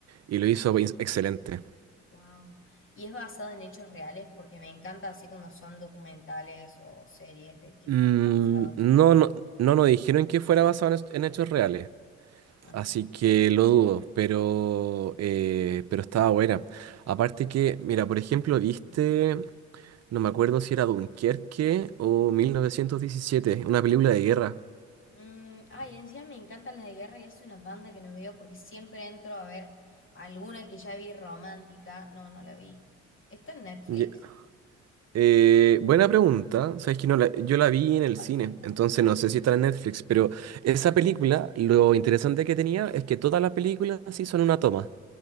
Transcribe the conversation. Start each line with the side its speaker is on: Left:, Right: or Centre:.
Right: y lo hizo ins- excelente.
Left: Wow. Y es basado en hechos reales porque me encanta así cuando son documentales o series de que están
Right: Mm,
Left: basados
Right: no,
Left: en.
Right: no, no nos dijeron que fuera basado en, hech- en hechos reales,
Left: Ah,
Right: así que lo dudo, pero, eh, pero estaba buena. Aparte que, mira, por ejemplo, ¿viste?
Left: mira.
Right: No me acuerdo si era Dunkerque o 1917, una película de guerra.
Left: Mm, ay, encima me encantan las de guerra y es una banda que no veo porque siempre entro a ver alguna que ya vi romántica. No, no la vi. ¿Está en Netflix?
Right: Ye- eh, buena pregunta. Sabes que no la- yo la vi en el
Left: Parece
Right: cine,
Left: que no.
Right: entonces no sé si está en Netflix, pero esa película, lo interesante que tenía es que todas las películas sí son una toma.